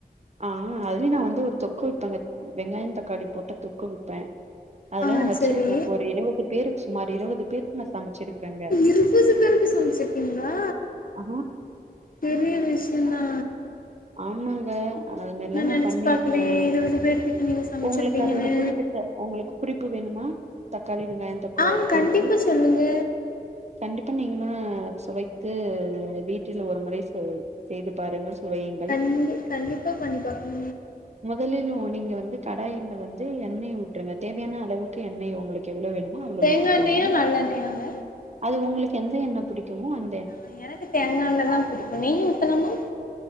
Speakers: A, on the right; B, on the left.
A: ஆ அதுலே நா வந்து ஒரு தொக்கு வெப்பங்க வெங்காயந் தக்காளி போட்ட தொக்கு விப்பெ அதுலா
B: ஆ
A: நா வச்சிருக்க
B: சரி
A: ஒரு இருவது பேருக்கு சுமார் இருபது பேத்க நா சமைச்சிருக்கறேங்க
B: புசுசு பேருக்கு சமைச்சுக்கீங்களா
A: ஆ
B: பெரிய விஷய்ந்தா
A: ஆம்மாங்க அது மேர்ல்லா நா
B: நெனச்சு
A: பண்ணிர்க்கறே
B: பாக்கலையே இருவது பேர்கிட்ட நீங்க சமச்சிருப்பீங்கன்னு
A: உங்களுக்கு அதோட குறிப்பு த உங்களுக்கு குறிப்பு வேணுமா தக்காளி வெங்காய தொக்குவோட
B: ஆ கண்டிப்பா
A: குறிப்பு
B: சொல்லுங்க
A: கண்டிப்பா நீங்களு சுவைத்து வீட்டில ஒரு முறை ச செய்து பாருங்கள் சுவையுங்கள்
B: கண்டி கண்டிப்பா பண்ணிப்பாங்க
A: மொதலில் ஒ நீங்க வந்து கடாயில்லவந்து எண்ணெய் ஊற்றுங்க தேவையான அளவுக்கு எண்ணெய் உங்களுக் கேவ்ளோ வேணுமோ அவ்ளோ
B: தேங்கா
A: ஊத்திக்கோங்க
B: எண்ணெயா நல்லெண்ணெயாங்க
A: அது உங்குளுக்கு எந்த எண்ணொ புடிக்குமோ அந்
B: ஆ எனக்கு தேங்கா எண்ணெ தா புடிக்கு நெய் ஊத்தலாமா